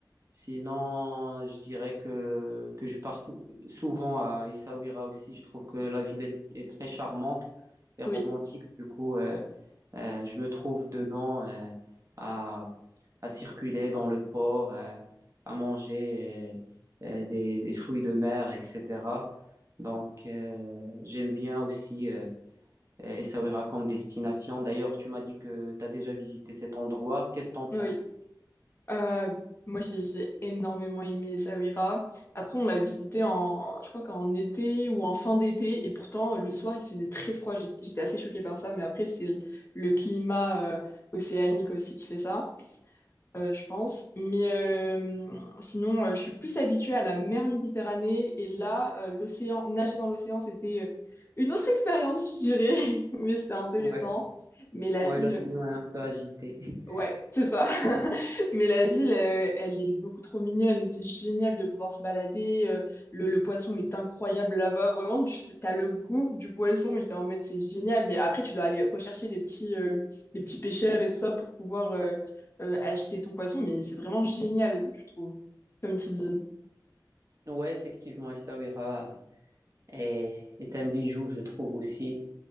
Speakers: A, on the right; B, on the left.
A: sinon, je dirais que, que je pars tou- souvent à Essaouira aussi. Je trouve que la ville est, est très charmante et romantique.
B: Oui,
A: Du coup, euh, euh, je me trouve dedans euh, à, à circuler dans le port, euh, à manger euh, euh, des, des fruits de mer, etc. Donc, euh, j'aime bien aussi. euh, euh, Essaouira comme destination. D'ailleurs, tu m'as dit que tu as déjà visité cet endroit. Qu'est-ce que tu en penses?
B: oui. Euh, moi, j'ai j'ai énormément aimé Essaouira. Après, on l'a visité en, je crois qu'en été ou en fin d'été. Et pourtant, le soir, il faisait très froid. J'ai- J'étais assez choquée par ça. Mais après, c'est le, le climat euh, océanique aussi qui fait ça, euh, je pense. Mais euh, sinon, euh, je suis plus habituée à la mer Méditerranée. Et là, euh, l'océan, nager dans l'océan, c'était euh, une autre expérience, je dirais. <laughs> Mais c'était intéressant.
A: Ouais.
B: Mais la
A: ouais,
B: ville
A: l'océan est un peu agité. <laughs>
B: Ouais, c'est ça. <laughs> Mais la ville, euh, elle est beaucoup trop mignonne. C'est génial de pouvoir se balader. euh, le, le poisson est incroyable là-bas. Vraiment, tu as le goût du poisson et t'es en mode, c'est génial. Mais après, tu dois aller rechercher les petits, euh, les petits pêcheurs et tout ça pour pouvoir euh, euh, acheter ton poisson. Mais c'est vraiment génial, je trouve, comme petite ville.
A: Ouais, effectivement, Essaouira est, est un bijou, je trouve aussi.